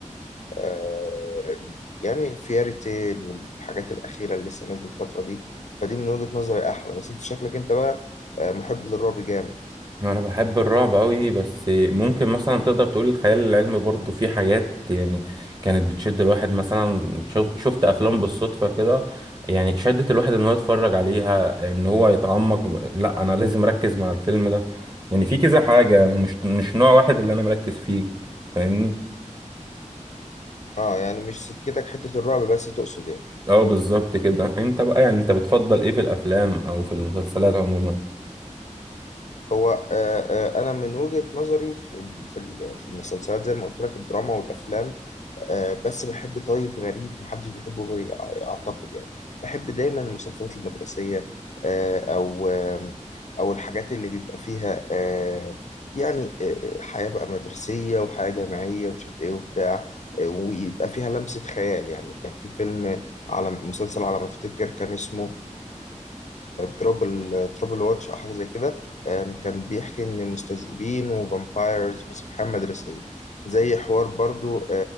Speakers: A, on the left (about 65°); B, on the right (about 35°).
A: آه يعني فياري تيل والحاجات الأخيرة اللي لسه نازلة الفترة دي فدي من وجهة نظري أحلى بس أنت شكلك أنت بقى آه، محب للرعب جامد
B: انا بحب الرعب قوي بس ممكن مثلا تقدر تقول الخيال العلمي برضو في حاجات يعني كانت بتشد الواحد مثلا شوف شفت افلام بالصدفة كده يعني شدت الواحد ان هو يتفرج عليها ان هو يتعمق لا انا لازم اركز مع الفيلم ده يعني في كذا حاجة ومش مش نوع واحد اللي انا مركز فيه فاهمني
A: أه يعني مش سكتك حتة الرعب بس تقصد يعني
B: اه بالظبط كده انت بقى يعني انت بتفضل ايه في الافلام او في المسلسلات عموما
A: هو آه، آه، انا من وجهة نظري في ال- في ال- في المسلسلات زي ما قلت لك الدراما والافلام آه، بس بحب طيب غريب محدش بيحبه غيري أع- اعتقد يعني بحب دايما المسلسلات المدرسية آه، او آم، او الحاجات اللي بيبقى فيها آه، يعني آه، آه، حياة بقى مدرسية وحياة جامعية ومش عارف ايه وبتاع آه، ويبقى فيها لمسة خيال يعني كان في فيلم على مسلسل على ما افتكر كان اسمه دروبل تروبل واتش او حاجة زي كده آم، كان بيحكي إن مستذئبين وفامبايرز بس في حياة مدرسية زي حوار برضو